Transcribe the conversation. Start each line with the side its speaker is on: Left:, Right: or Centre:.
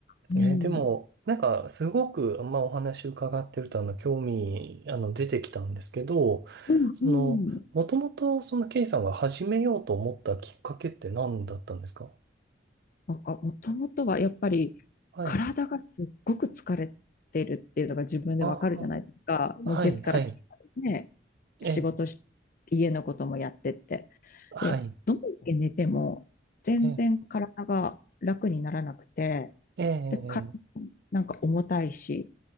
Left: うん、
Right: え、でも、なんか、すごく、まあ、お話伺ってると、あの、興味、あの、出てきたんですけど、
Left: うんうん。
Right: その、もともと、その、ケイさんが始めようと思ったきっかけって何だったんですか
Left: なんかもともとはやっぱり体がすっごく疲れてるっていうのが自分でわかるじゃないですか。
Right: はい。ああ、はい、
Left: もう月から金までね、
Right: はい、
Left: 仕事し、
Right: ええ、
Left: 家のこともやってって。
Right: はい、
Left: で、どんだけ寝ても全然体が楽にならなくて、
Right: ええ、ええ、
Left: で、体もなんか重たいし、
Right: ええ